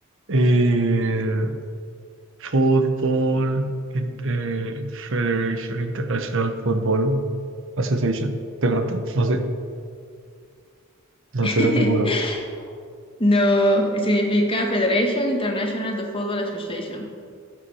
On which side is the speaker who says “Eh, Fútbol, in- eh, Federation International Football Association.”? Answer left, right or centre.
Right